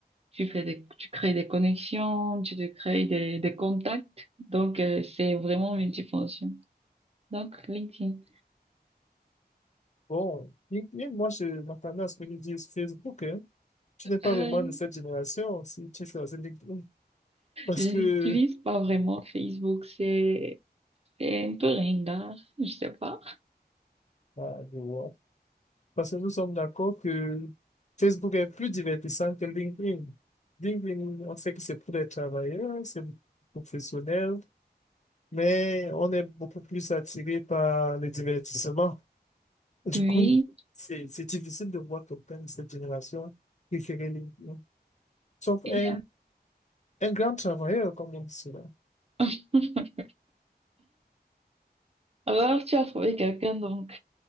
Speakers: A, on the right; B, on the left.
A: Tu fais des- tu crées des connexions, tu te crées des, des contacts. Donc, euh, c'est vraiment multifonction. Donc, LinkedIn.
B: Bon, LinkedIn, moi, je m'attendais à ce que tu dises Facebook, hein. Tu n'es pas
A: Euh,
B: vraiment de cette génération si tu choisis LinkedIn. Parce
A: je
B: que
A: n'utilise pas vraiment Facebook, c'est c'est un peu ringard, je sais pas.
B: Ah, je vois. Parce que nous sommes d'accord que Facebook est plus divertissant que LinkedIn. LinkedIn, on sait que c'est pour les travailleurs, hein, c'est pour les professionnels, mais on est beaucoup plus attiré par le divertissement. Du
A: Oui.
B: coup, c'est c'est difficile de voir quelqu'un de cette génération préférer LinkedIn. Sauf
A: Et
B: un, un grand travailleur, comme on dit cela.
A: <laughs> Alors, tu as trouvé quelqu'un, donc